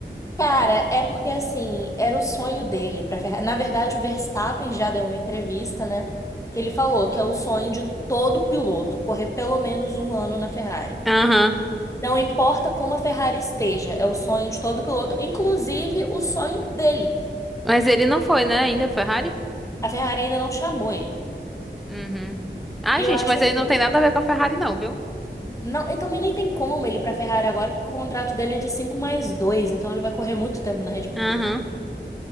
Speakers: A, on the left (about 15°); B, in the centre.
A: Cara, é porque assim, era o sonho dele para Ferrari. Na verdade, o Verstappen já deu uma entrevista, né? Que ele falou que é o sonho de todo piloto correr pelo menos um ano na Ferrari.
B: Aham.
A: Não importa como a Ferrari esteja, é o sonho de todo piloto, inclusive o sonho dele.
B: Mas ele não foi, né, ainda, Ferrari?
A: A Ferrari ainda não chamou ele.
B: Uhum. Ah,
A: E
B: gente,
A: eu acho
B: mas
A: assim,
B: ele não tem nada a ver com a Ferrari, não, viu?
A: não, e também nem tem como ele ir pra Ferrari agora, porque o contrato dele é de 5 mais 2, então ele vai correr muito tempo na Red Bull
B: Aham.
A: ainda.